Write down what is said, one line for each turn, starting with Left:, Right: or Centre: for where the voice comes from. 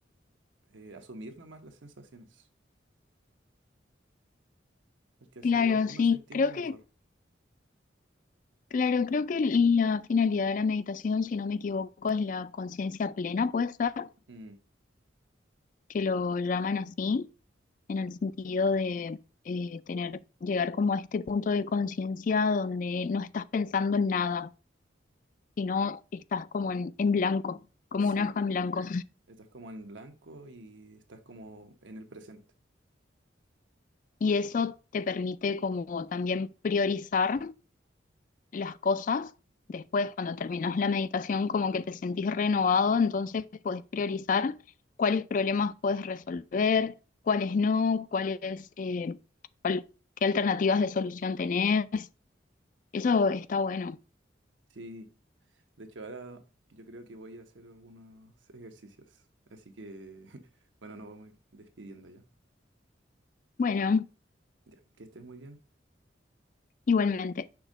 Right: eh, asumir nomás las sensaciones, porque así
Left: Claro,
Right: igual uno
Left: sí,
Right: se entiende
Left: creo
Right: mejor.
Left: que Claro, creo que la finalidad de la meditación, si no me equivoco, es la conciencia plena, puede ser
Right: Mm,
Left: que lo llaman así, en el sentido de eh, tener, llegar como a este punto de conciencia donde no estás pensando en nada, sino estás como en, en blanco, como
Right: sí,
Left: una hoja en blanco.
Right: estás como en blanco y estás como en el presente.
Left: Y eso te permite como también priorizar las cosas. Después, cuando terminas la meditación, como que te sentís renovado, entonces podés priorizar cuáles problemas puedes resolver, cuáles no, cuáles, eh, cuál- qué alternativas de solución tenés. Eso está bueno.
Right: Sí, de hecho ahora yo creo que voy a hacer algunos ejercicios. Así que, <laughs> bueno, nos vamos a ir despidiendo ya.
Left: Bueno,
Right: Ya, que estés muy bien.
Left: igualmente.